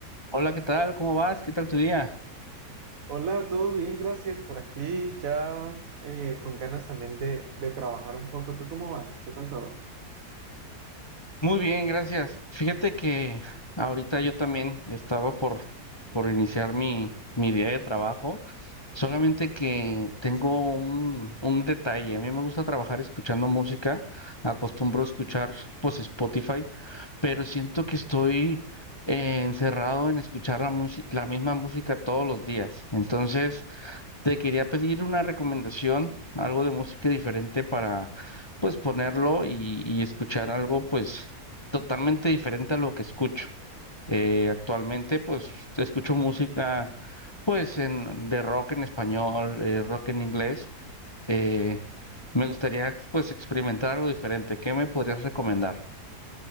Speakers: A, on the left; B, on the right.
A: Hola, ¿qué tal? ¿Cómo vas? ¿Qué tal tu día?
B: Hola, todo bien, gracias por aquí. Ya eh, con ganas también de, de trabajar un poco. ¿Tú cómo vas? ¿Qué tal todo?
A: Muy bien, gracias. Fíjate que ahorita yo también estaba por, por iniciar mi, mi día de trabajo, solamente que tengo un, un detalle. A mí me gusta trabajar escuchando música, acostumbro a escuchar pues Spotify, pero siento que estoy eh, encerrado en escuchar la, música- la misma música todos los días. Entonces... Te quería pedir una recomendación, algo de música diferente para, pues, ponerlo y, y escuchar algo, pues, totalmente diferente a lo que escucho. Eh, actualmente, pues, escucho música, pues, en, de rock en español, eh, rock en inglés. Eh, me gustaría, pues, experimentar algo diferente. ¿Qué me podrías recomendar?